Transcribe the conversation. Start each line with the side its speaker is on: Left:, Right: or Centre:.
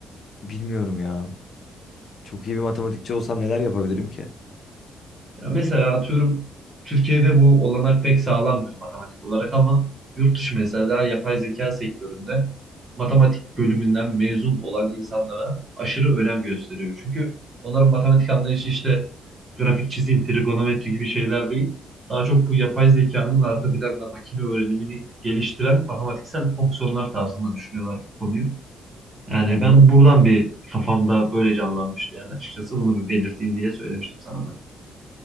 Left: Bilmiyorum ya. Çok iyi bir matematikçi olsam neler yapabilirim ki?
Right: Ya mesela atıyorum Türkiye'de bu olanak pek sağlanmıyor matematik olarak ama yurt dışı mesela yapay zeka sektöründe matematik bölümünden mezun olan insanlara aşırı önem gösteriyor. Çünkü onların matematik anlayışı işte grafik çizim, trigonometri gibi şeyler değil. Daha çok bu yapay zekanın arka planda makine öğrenimini geliştiren matematiksel fonksiyonlar tarzında düşünüyorlar bu konuyu. Yani
Left: Hı hı.
Right: ben buradan bir kafamda böyle canlanmıştı yani açıkçası bunu bir belirteyim diye söylemiştim sana da.